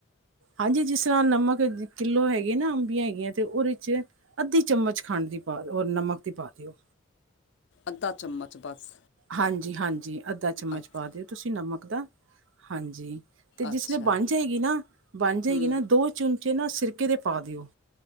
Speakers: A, on the right; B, on the left.
A: ਹਾਂਜੀ, ਜਿਸ ਤਰ੍ਹਾਂ ਨਮਕ ਕਿੱਲੋ ਹੈਗੇ ਨਾ ਅੰਬੀਆਂ ਹੈਗੀਆਂ ਤੇ ਉਹਦੇ ਚ ਅੱਧੀ ਚਮਚ ਖੰਡ ਦੀ ਪਾ ਔਰ ਨਮਕ ਦੀ ਪਾ ਦਿਓ।
B: ਅੱਧਾ ਚਮਚ ਬਸ।
A: ਹਾਂਜੀ-ਹਾਂਜੀ, ਅੱਧਾ ਚਮਚ
B: ਅੱਛ-
A: ਪਾ ਦਿਓ ਤੁਸੀਂ ਨਮਕ ਦਾ ਹਾਂਜੀ। ਅਤੇ ਜਿਸ
B: ਅੱਛਾ
A: ਵੇਲੇ ਬਣ ਜਾਏਗੀ ਨਾ, ਬਣ ਜਾਏਗੀ
B: ਹੂੰ
A: ਨਾ ਦੋ ਚਮਚੇ ਨਾ ਸਿਰਕੇ ਦੇ ਪਾ ਦਿਓ।